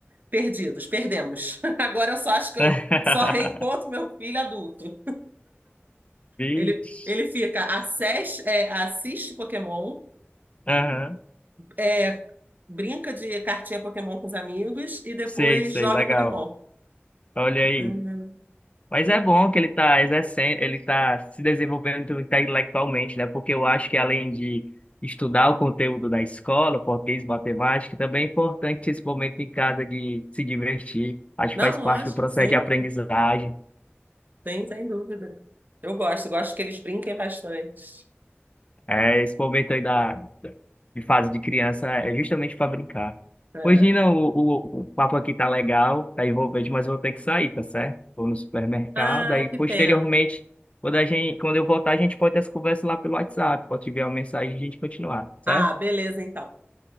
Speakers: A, on the right (about 45°); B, on the left (about 30°).
A: perdidos, perdemos. <laughs> Agora eu só acho que
B: <laughs>
A: eu só reencontro meu filho adulto.
B: Vixe.
A: Ele, ele fica, assiste, é, assiste Pokémon,
B: Aham.
A: é, brinca de cartinha Pokémon com os amigos e depois
B: Sei, sei,
A: joga
B: legal.
A: Pokémon.
B: Olha aí.
A: Uhum.
B: Mas é bom que ele tá exercendo, ele tá se desenvolvendo intelectualmente, né? Porque eu acho que além de estudar o conteúdo da escola, português, matemática, também é importante esse momento em casa de se divertir. Acho
A: Não,
B: que faz
A: lógico,
B: parte do processo
A: sem,
B: de aprendizagem.
A: sem, sem dúvida. Eu gosto, gosto que eles brinquem bastante.
B: É, esse momento aí da, de fase de criança é justamente para brincar.
A: É.
B: Pois, Nina, o, o, o papo aqui tá legal, tá envolvente, mas eu vou ter que sair, tá certo? Vou no supermercado,
A: Ah,
B: aí
A: que
B: posteriormente,
A: pena.
B: quando, a gente, quando eu voltar, a gente pode ter essa conversa lá pelo WhatsApp, pode enviar uma mensagem e a gente continuar, tá certo?
A: Ah, beleza então.